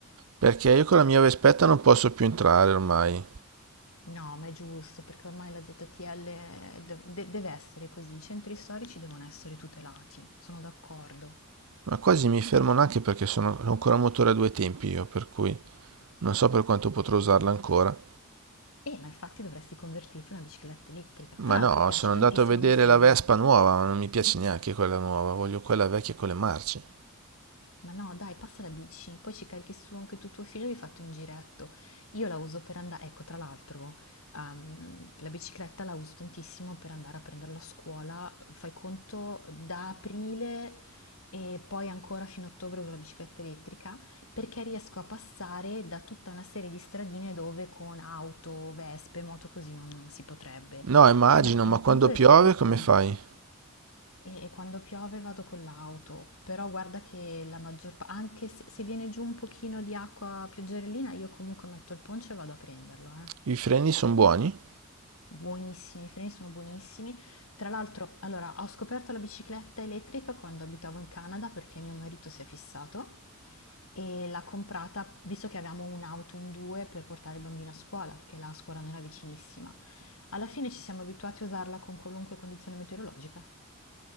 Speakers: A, on the right (about 75°); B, on the left (about 75°).
A: Perché io con la mia Vespetta non posso più entrare ormai.
B: No, ma è giusto, perché ormai la ZTL de- de- deve essere così, i centri storici devono essere tutelati, sono d'accordo.
A: Ma quasi mi fermano anche perché sono ho ancora un motore a due tempi io, per cui non so per quanto potrò usarla ancora.
B: E ma infatti dovresti convertirti in una bicicletta elettrica.
A: Ma
B: Tra l'altro
A: no,
B: piace
A: sono andato
B: tantissimo
A: a vedere
B: a mio figlio.
A: la Vespa nuova, ma non mi piace neanche quella nuova, voglio quella vecchia con le marce.
B: Ma no, dai, passa la bici, poi ci carichi su anche tu tuo figlio e vi fate un giretto. Io la uso per andare, ecco, tra l'altro, ehm, la bicicletta la uso tantissimo per andare a prenderlo a scuola. Fai conto da aprile e poi ancora fino a ottobre uso la bicicletta elettrica perché riesco a passare da tutta una serie di stradine dove con auto, vespe, moto così non non si potrebbe.
A: No, immagino,
B: Ci metto
A: ma
B: un
A: quando
B: quinto del
A: piove
B: tempo.
A: come fai?
B: E e quando piove vado con l'auto, però guarda che la maggior pa anche se se viene giù un pochino di acqua pioggerellina, io comunque metto il poncho e vado a prenderlo, eh.
A: I freni sono buoni?
B: Buonissimi, i freni sono buonissimi. Tra l'altro, allora, ho scoperto la bicicletta elettrica quando abitavo in Canada perché mio marito si è fissato e l'ha comprata, visto che avevamo un'auto in 2 per portare il bambino a scuola, perché la scuola non era vicinissima. Alla fine ci siamo abituati a usarla con qualunque condizione meteorologica.